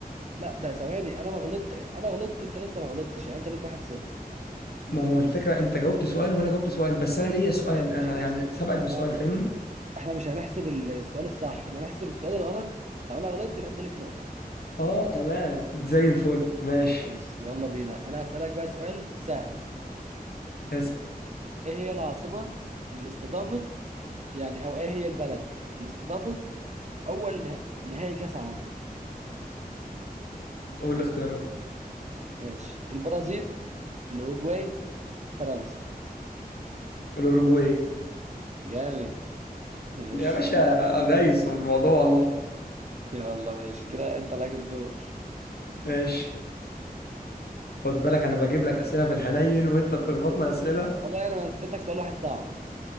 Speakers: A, on the right (about 45°); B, on the left (about 80°).
A: لا ده ثواني انا ما غلطت انا غلطت انت لسه ما غلطتش يعني انت ليك 1-0
B: ما هو الفكرة انت جاوبت سؤال وانا جاوبت سؤال بس انا
A: لا
B: ليا سؤال
A: احنا
B: انا
A: مش هنحسب
B: يعني سبقك بسؤال
A: يعني
B: فاهمني
A: احنا مش هنحسب ال- السؤال الصح احنا هنحسب السؤال الغلط لو انا غلطت يبقى انت ليك نقطة
B: اه تمام زي الفل ماشي
A: ماشي يلا بينا انا هسألك بقى سؤال سهل
B: اسال
A: ايه هي العاصمة اللي استضافت يعني او ايه هي البلد اللي استضافت اول نه... نهائي كأس عالم
B: قول الاختيارات
A: ماشي البرازيل الاوروجواي فرنسا
B: الاوروجواي
A: جامد ماشي
B: يا باشا دايس في الموضوع والله
A: يلا ماشي كده انت لك الدور
B: ماشي خد بالك انا بجيب لك اسئله في الحنين وانت بتخبطنا اسئله
A: والله انا اديت لك سؤال واحد صعب